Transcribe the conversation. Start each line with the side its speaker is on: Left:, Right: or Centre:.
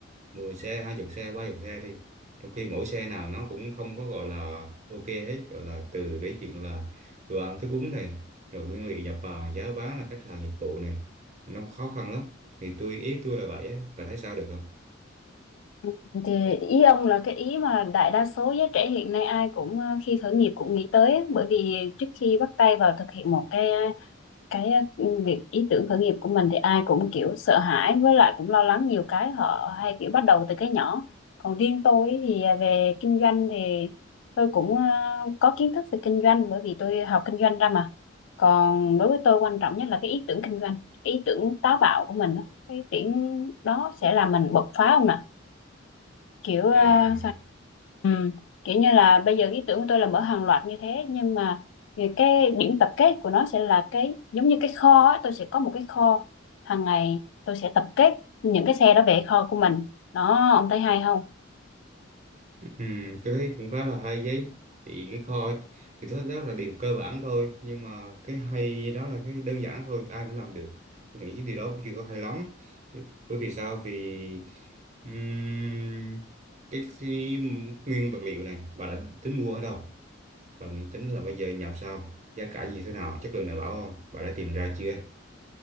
Right: 10 xe hai chục xe ba chục xe đi trong khi mỗi xe nào nó cũng không có gọi là ok hết gọi là từ cái chuyện là đồ ăn thức uống này rồi nguyên liệu nhập vào giá bán là khách hàng dịch vụ này nó khó khăn lắm thì tôi ý tôi là vậy á bà thấy sao được không
Left: Ừ, thì ý ông là cái ý mà đại đa số giới trẻ hiện nay ai cũng ờ, khi khởi nghiệp cũng nghĩ tới á. bởi vì trước khi bắt tay vào thực hiện một cái cái ờ, việc ý tưởng khởi nghiệp của mình thì ai cũng kiểu sợ hãi với lại cũng lo lắng nhiều cái họ hay kiểu bắt đầu từ cái nhỏ còn riêng tôi ấy thì về kinh doanh thì tôi cũng ờ, có kiến thức về kinh doanh bởi vì tôi học kinh doanh ra mà còn đối với tôi quan trọng nhất là cái ý tưởng kinh doanh cái ý tưởng táo bạo của mình á. cái ý tưởng đó sẽ làm mình bật phá không nè kiểu ờ,
Right: à
Left: sao ừ. kiểu như là bây giờ ý tưởng của tôi là mở hàng loạt như thế nhưng mà cái điểm tập kết của nó sẽ là cái giống như cái kho á, tôi sẽ có một cái kho hàng ngày tôi sẽ tập kết những cái xe đó về kho của mình đó ông thấy hay không
Right: Ừ, tôi thấy cũng khá là hay đấy thì cái kho thì tôi thấy đó là điều cơ bản thôi nhưng mà cái hay đó là cái đơn giản thôi ai cũng làm được tôi nghĩ cái điều đó cũng chưa có hay lắm bởi vì sao vì ừm, cái, cái nguyên vật liệu này bà đã tính mua ở đâu và nghĩ tính là bây giờ nhập sao giá cả như thế nào chất lượng đảm bảo không bà đã tìm ra chưa